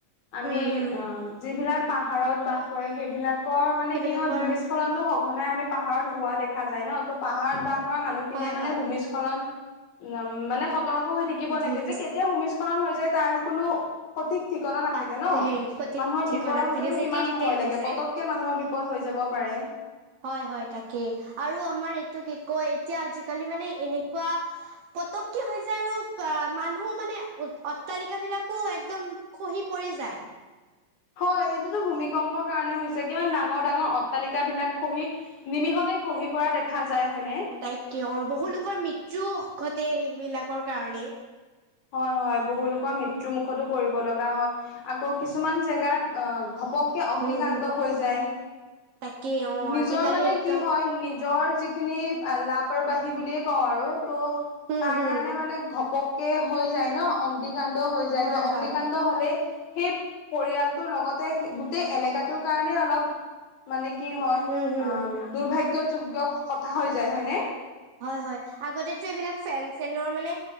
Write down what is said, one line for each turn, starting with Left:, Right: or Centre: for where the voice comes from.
Left: আমি
Right: হুম, হুম।
Left: অ' যিবিলাক, পাহাৰত বাস কৰে সেইবিলাকৰ মানে
Right: সেইবিলাকৰ
Left: কি হয় ভূমি স্খলনতো সঘনাই আমি পাহাৰত হোৱা দেখা যায় ন, ত' পাহাৰত বাস কৰা মানুহ খিনিয়ে
Right: হয়,
Left: মানে
Right: হয়।
Left: ভূমিস্খলন উম মানে সতৰ্ক হৈ থাকিব
Right: ভূমিচ
Left: লাগে, যে কেতিয়া ভূমিস্খ স্খলন হৈ যায় তাৰ কোনো, সঠিক ঠিকনা নাথাকে
Right: পাত
Left: ন,
Right: হেৰি সঠিক
Left: মানুহৰ
Right: ঠিকনা
Left: বিপদ আহোতেনো
Right: নাথাকে যেতিয়াই
Left: কিমান
Right: তেতিয়াই
Left: সময়
Right: হৈ
Left: লাগে,
Right: যায়।
Left: পতক কে মানুহৰ বিপদ হৈ যাব পাৰে।
Right: হয় হয় তাকে, আৰু আমাৰ এইটো কি কয় এতিয়া আজিকালি মানে এনেকুৱা, পতকে হৈ যায় আৰু আহ মানুহ মানে অট্টালিকা বিলাকো একদম খহি পৰি যায়।
Left: হয় সেইটোতো ভূমিকম্পৰ কাৰণে হৈছে, কিমান ডাঙৰ ডাঙৰ অট্টালিকা বিলাক খহি, নিমিষতে খহি পৰা দেখা যায় হয়নে।
Right: তাইক কিয় অহ বহুলোকৰ মৃত্যুও ঘটে সেইবিলাকৰ কাৰণেই।
Left: হয়-হয় বহুলোকৰ মৃত্যু মুখতো পৰিব লগা হয়, আকৌ কিছুমান জেগাত অ' ঘপককে অগ্নিকাণ্ড
Right: হুম, হুম।
Left: হৈ যায়,
Right: তাকেই অ'
Left: নিজৰ
Right: আজিকালি
Left: মানে
Right: একদম
Left: কি হয় নি নিজৰ যিখিনি লাপৰবাহী বুলিয়ে কওঁ আৰু ত'
Right: হুম,
Left: তাৰ
Right: হুম।
Left: কাৰণে মানে ঘপক সেই হৈ যায় ন' অগ্নিকাণ্ড হৈ যায়,
Right: হয়
Left: ত' অগ্নিকাণ্ড
Right: হয়
Left: হ'লেই সেই পৰিয়ালটোৰ লগতে গোটেই এলেকাটোৰ কাৰণে অলপ মানে কি হয়
Right: উম হম
Left: অ' দুৰ্ভাগ্যযোগ্য কথা হৈ যায় হয়নে?
Right: হয়-হয় আগতেটো এইবিলাক ফেন চেনৰ মানে